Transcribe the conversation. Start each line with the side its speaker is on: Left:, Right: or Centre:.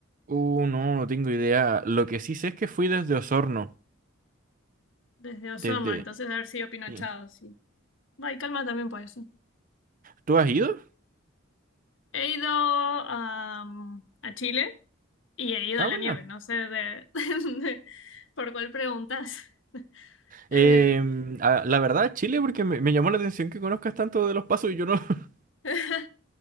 Right: Uh, no, no tengo idea. Lo que sí sé es que fui desde Osorno,
Left: Desde Osorno,
Right: desde...
Left: entonces de haber sido Pino
Right: sí.
Left: Achado, sí. Va, y Calma también puede ser.
Right: ¿Tú has ido?
Left: He ido am, a Chile y he ido
Right: Ah,
Left: a la
Right: bueno.
Left: nieve, no sé de, <laughs> de- por cuál preguntas. Eh,
Right: Eh, ah, la verdad, Chile, porque me, me llamó la atención que conozcas tanto de los pasos y yo no. <laughs>
Left: <laughs>